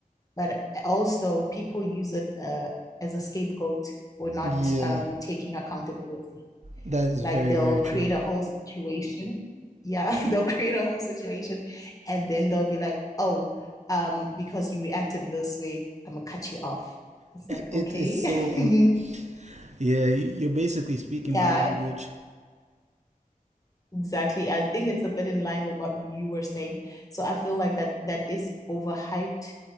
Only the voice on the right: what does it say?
yeah.
That is
very
very
true.
It
is so in
Yeah, you- are basically speaking
my language.